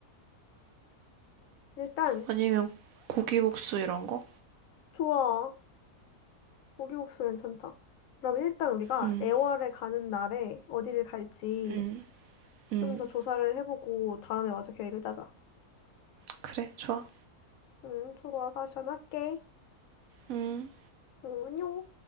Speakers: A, on the left; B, on the right.
A: 일단,
B: 아니면 고기국수 이런 거?
A: 좋아. 고기국수 괜찮다. 그러면 일단 우리가
B: 음,
A: 애월에 가는 날에 어디를 갈지
B: 음, 음.
A: 좀 더 조사를 해보고 다음에 마저 계획을 짜자.
B: 그래, 좋아.
A: 응, 좋아. 다시 전화할게.
B: 음.
A: 응, 안녕.